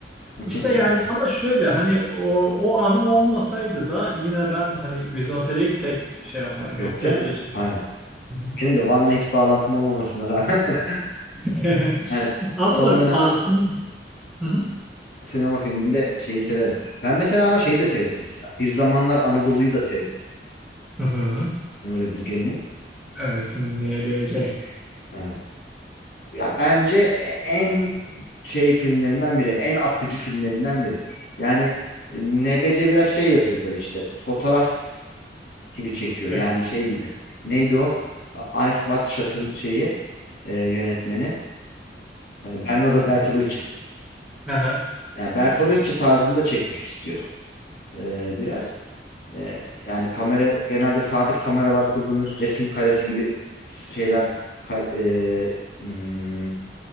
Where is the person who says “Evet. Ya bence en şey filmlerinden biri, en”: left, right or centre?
Left